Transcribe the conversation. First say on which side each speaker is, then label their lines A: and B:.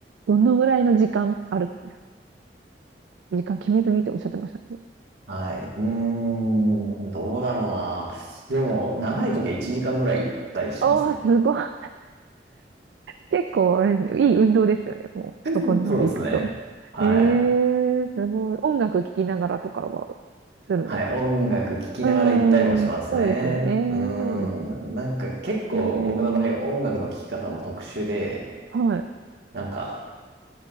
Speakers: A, on the right (about 80°); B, on the right (about 70°).
A: どのぐらいの時間あるんですか時間決めずにっておっしゃってましたね。
B: はい。うーん、どうだろうな。でも、長い時は1時間ぐらい行ったりしてますね。
A: おー、すごい。結構、あれですね、いい運動ですよね。もう、そこまで行くと。
B: うん。そうですね。はい。
A: ええすごい。音楽聴きながらとかはするんですか
B: はい。音楽聴きながら行ったりもしますね。
A: うーん、そうですよね。
B: うーん。
A: そうです。
B: なんか結構僕の場合、
A: ね
B: 音楽の聴き方も特殊で、
A: はい。
B: なんか